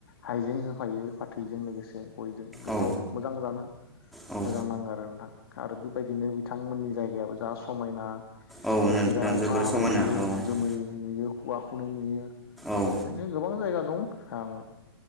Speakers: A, on the left; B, in the centre.
A: हाइजें होफायो फाथैजों लोगोसे बयजों गोथाव
B: औ
A: मोजां जानो
B: औ
A: मोजां नाङो आरो नोंथां आरो बेबायदिनो बिथांमोननि जायगायाबो जा समायना
B: औ
A: बोथोरा
B: नोंथां
A: अखा
B: जोबोर
A: हाबाय
B: समायना
A: थायो
B: औ
A: जोमै नुयो औवा खुनाय नुयो
B: औ
A: बेनो गोबां जायगा दं आं